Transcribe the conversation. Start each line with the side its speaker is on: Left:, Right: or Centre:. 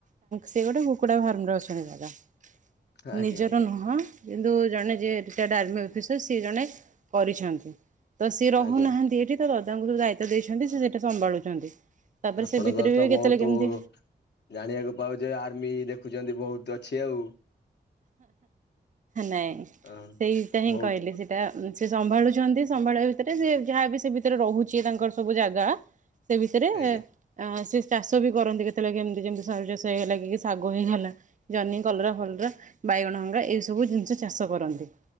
Right: ସେ ଗୋଟେ କୁକୁଡା ଫାର୍ମରେ ଅଛନ୍ତି ଦାଦା।
Left: ଆଜ୍ଞା
Right: ନିଜର
Left: ଆଜ୍ଞା
Right: ନୁହଁ। କିନ୍ତୁ ଜଣେ ଯିଏ ରିଟାୟାର୍ଡ଼ ଆର୍ମି ଅଫିସର ସିଏ ଜଣେ କରିଛନ୍ତି। ତ ସିଏ ରହୁନାହାନ୍ତି
Left: ଆଜ୍ଞା
Right: ଏଇଠି ତ ଦାଦାଙ୍କୁ ଯୋଉ ଦାୟିତ୍ୱ ଦେଇଛନ୍ତି ସେ ସେଇଟା ସମ୍ଭାଳୁଛନ୍ତି। ତାପରେ
Left: ଆପଣଙ୍କର
Right: ସେ ଭିତରେ
Left: ତ
Right: ବି
Left: ବହୁତ
Right: କେତେବେଳେ କେମିତି
Left: ଜାଣିବାକୁ ପାଉଛେ ଆର୍ମି ଦେଖୁଛନ୍ତି ବହୁତ ଅଛି ଆଉ।
Right: ନାଇଁ
Left: ହଁ।
Right: ସେଇଟା ହିଁ
Left: ବହୁତ
Right: କହିଲେ ସେ। ସେଟା ସେ ସମ୍ଭାଳୁଛନ୍ତି ସମ୍ଭାଳିବା ଭିତରେ ସେ ଯାହାବି ସେ ଭିତରେ ରହୁଛି ତାଙ୍କର ସବୁ ଜାଗା ସେ ବିଷୟରେ
Left: ଆଜ୍ଞା
Right: ଆ ସେ ଚାଷ ବି କରନ୍ତି କେତେବେଳେ କେମିତି ଯେମିତି ସରୁ ଚାଷ ହେଇଗଲା କି ଶାଗ ହେଇଗଲା। ଜହ୍ନି, କଲରା, ଫଲରା, ବାଇଗଣ ଅଙ୍ଗା ଏଇ ସବୁ ଜିନିଷ ଚାଷ କରନ୍ତି।